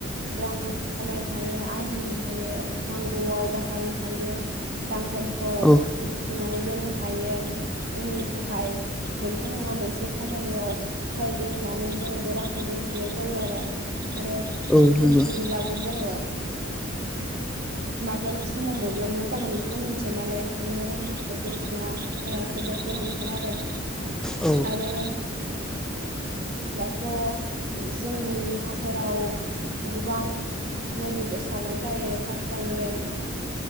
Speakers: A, on the right; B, in the centre.
A: रां खामायनो हायो। आरजिनो हायो नांगौआव बाहायनो हायो रांफोरखौ।
B: औ
A: बुथुमनानै दोननो हायो उननि थाखाय मोनसे नङा मोनसे खामानियाव फैगोन होननानै जोङो बे रांखौ दोनथिुमनाय जायो आरो आरो
B: औ
A: दोनथुमब्लाबो
B: नंगौ
A: जोङो माब्लानि समाव माब्ला मा जागोन बेखौ मिथिया नालाय ओंखायनो रांफोरखौ दोनथुमा' ए बोरटि आथाला
B: औ
A: आरो दाथ' जोंनि हाफोराव गोबां मुलिबो सारनाय जायो फार्स्टआवनो